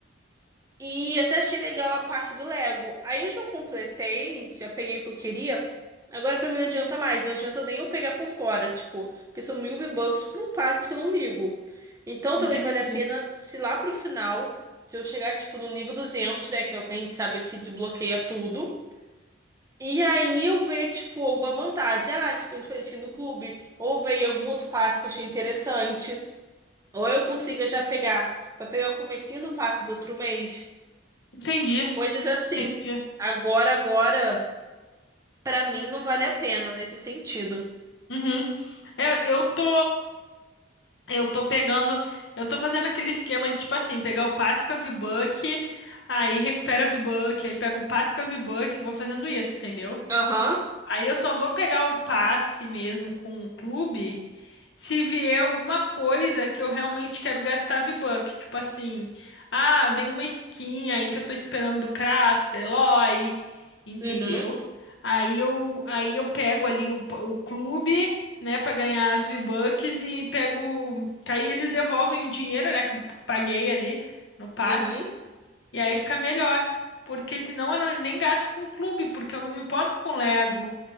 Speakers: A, on the right; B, on the left.
A: E até achei legal a parte do Lego. Aí eu já completei, já peguei o que eu queria. Agora pra mim não adianta mais, não adianta nem eu pegar por fora, tipo, porque são mil V-Bucks por um passo que eu não ligo. Então
B: entendi.
A: talvez valha a pena se lá pro final, se eu chegar, tipo, no nível duzentos né, que é o que a gente sabe que desbloqueia tudo. E aí eu ver, tipo, alguma vantagem. Ah, acho que eu falei, skin do clube. Ou veio algum outro passo que eu achei interessante. Ou eu consiga já pegar, pra pegar o comecinho do passo do outro mês.
B: Entendi,
A: Coisas assim.
B: entendi.
A: Agora, agora, pra mim não vale a pena nesse sentido.
B: Uhum. É, Eu, tô, eu tô pegando, eu tô fazendo aquele esquema de tipo assim, pegar o passe com a V-Buck, aí recupera a V-Buck, aí pega o passe com a V-Buck, vou fazendo isso, entendeu?
A: Aham,
B: Aí eu só vou pegar o passe mesmo com o clube se vier alguma coisa que eu realmente quero gastar V-Buck. Tipo assim, ah, vem uma skin aí que eu tô esperando do Kratos, da Eloy, entendeu?
A: uhum,
B: Aí eu, aí eu pego ali o, p- o clube, né, pra ganhar as V-Bucks e pego. que Aí eles devolvem o dinheiro, né, que eu paguei ali no passe.
A: uhum.
B: E aí fica melhor. Porque senão eu não- nem gasto com o clube, porque eu não me importo com Lego.